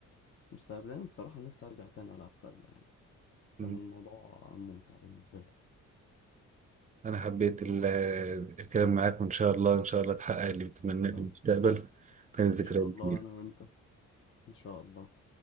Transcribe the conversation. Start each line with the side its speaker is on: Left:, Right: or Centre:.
Left: مستقبليا الصراحة نفسي أرجع تاني ألعب سلة يعني كان
Right: مم.
Left: الموضوع ممتع بالنسبة لي
Right: انا حبيت ال- الكلام معاك وان شاء الله ان شاء الله تحقق اللي بتتمناه
Left: شكرا
Right: في المستقبل كانت ذكريات
Left: إن شاء الله
Right: جميله
Left: أنا وأنت ان شاء الله